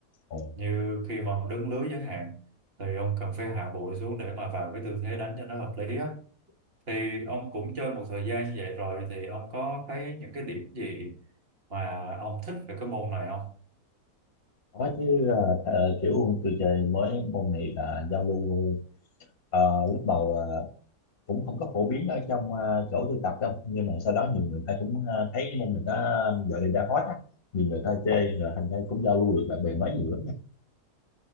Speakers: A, on the left; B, on the right.
A: Ồ,
B: như khi mà ông đứng lưới chẳng hạn thì ông cần phải hạ bộ xuống để mà vào cái tư thế đánh cho nó hợp lý á thì ông cũng chơi một thời gian như vậy rồi thì ông có thấy những cái điểm gì mà ông thích về cái môn này không?
A: có chứ ờ, ờ, kiểu tôi chơi mới môn này là giao lưu ờ, lúc đầu là cũng không có phổ biến ở trong ờ, chỗ tôi tập đâu nhưng mà sau đó nhiều người ta cũng ờ, thấy cái môn này nó giờ này đang hot á nhiều người ta chơi rồi thành ra cũng giao lưu được bạn bè mới nhiều lắm